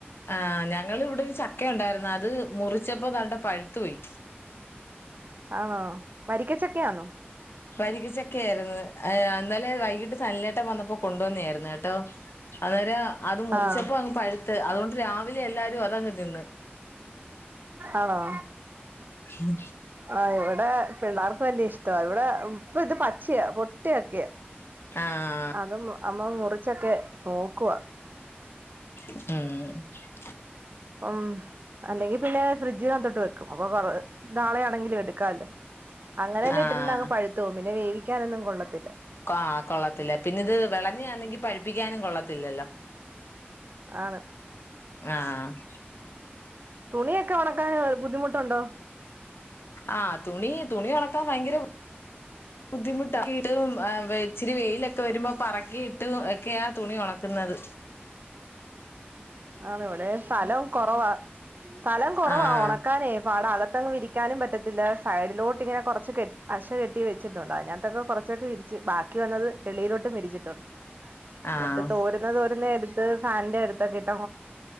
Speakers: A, on the left; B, on the right.
A: ആഹ് ഞങ്ങള് ഇവിടെ ഒരു ചക്കയുണ്ടായിരുന്നു, അത് മുറിച്ചപ്പോ താണ്ടേ പഴുത്തു പോയി
B: ആണോ വരിക്കച്ചക്കയാന്നോ
A: പരികച്ചക്കെയായിര്ന്ന്. ഏഹ് ഇന്നലെ വൈകീട്ട് സനലേട്ടൻ വന്നപ്പോ കൊണ്ടുവന്നയേരുന്നു കേട്ടോ അന്നേരം അത് മുറിച്ചപ്പോ
B: ആഹ്
A: അങ്ങ് പഴുത്ത് അതുകൊണ്ട് രാവിലെ എല്ലാരും അതങ്ങ് തിന്ന്
B: ആണോ
A: ഉം
B: ആഹ് ഇവിടെ പിള്ളാർക്ക് വലിയ ഇഷ്ടവ ഇവിടെ ഇപ്പ ഇത് പച്ചയാ പൊട്ടിയൊക്കെയ
A: ആഹ്
B: അതമ്മ അമ്മ മുറിച്ചൊക്കെ നോക്കുവാ
A: ഉം..
B: പ്പം അല്ലെങ്കി പിന്നെ ഫ്രിഡ്ജിനകത്തോട്ട് വെക്കും. അപ്പൊ കൊ <unintelligible> നാളെയാണെങ്കിലും എടുക്കാല്ലോ അങ്ങനെന്നെ
A: ആഹ്
B: ഇട്ടിരുന്ന അങ്ങ് പഴുത്തോവും പിന്നെ വേവിക്കാനൊന്നും കൊള്ളത്തില്ല
A: കാ കൊള്ളത്തില്ല പിന്നെത് വെളഞ്ഞയാന്നെങ്കി പഴിപ്പിക്കാനും കൊള്ളത്തില്ലല്ലോ
B: ആണ്
A: ആഹ്
B: തുണിയൊക്കെ ഒണക്കാന് ബുദ്ധിമുട്ടുണ്ടോ
A: ആഹ് തുണീ തുണി ഒണക്കാൻ ഭയങ്കര ബുദ്ധിമുട്ട് <unintelligible> ഇച്ചിരി വെയിലൊക്കെ വരുമ്പോ പറക്കിയിട്ട് ഒക്കെയാ തുണി ഒണക്കുന്നത്
B: ആണ് വടെ സ്ഥലം കൊറവാ സ്ഥലം കൊറവാ
A: ആഹ്
B: ഒണക്കാനേപാടാ അകത്തങ്ങ് വിരിക് ക്ക്യാനും പറ്റത്തില്ല സൈഡിലോട്ടിങ്ങനെ കുറച്ച് കെ അശ കെട്ടി വെച്ചിട്ടുണ്ട് അയ്നാത് - ത്തൊക്കെ കൊറച്ചൊക്കെ വിരിച്ച് ബാക്കി വന്നത് വെളിയിലോട്ടും വിരിച്ചിട്ടു.
A: ആഹ്
B: ന്നത്തെതോരെ <unintelligible> എടുത്ത് ഫാനിന്റെ അടുത്തൊക്കെ ഇട്